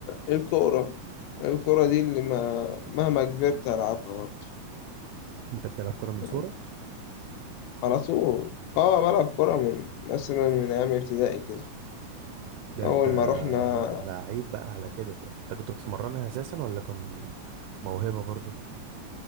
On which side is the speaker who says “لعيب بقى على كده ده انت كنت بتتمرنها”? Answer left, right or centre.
Right